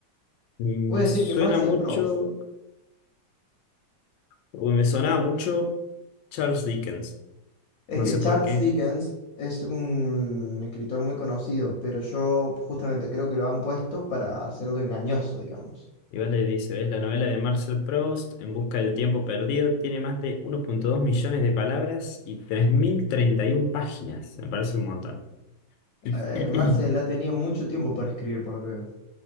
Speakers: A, on the left; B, on the left.
A: Me
B: Voy a decir
A: suena
B: que Marcel
A: mucho,
B: Proust.
A: o me sonaba mucho Charles Dickens,
B: Es
A: no
B: que
A: sé
B: Charles
A: por qué,
B: Dickens es un escritor muy conocido, pero yo justamente creo que lo han puesto para hacerlo engañoso, digamos.
A: Igual le dice, ¿ves? La novela de Marcel Proust, En busca del tiempo perdido, tiene más de 1.2 millones de palabras y 3.031 páginas. Me parece un montón. <clears throat>
B: Eh, Marcel ha tenido mucho tiempo para escribir, por lo que veo.